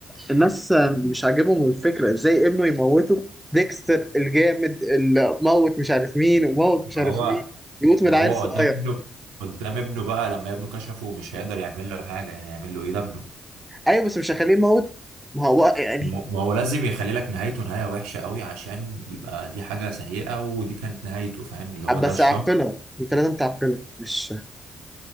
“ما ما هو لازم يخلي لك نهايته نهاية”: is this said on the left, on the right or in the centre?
Right